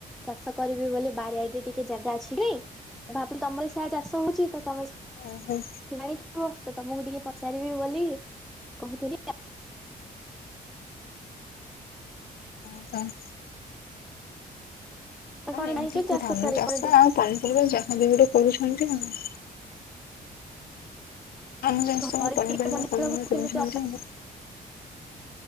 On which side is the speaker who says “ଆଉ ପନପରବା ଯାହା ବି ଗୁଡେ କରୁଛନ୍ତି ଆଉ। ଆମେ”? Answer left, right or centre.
Left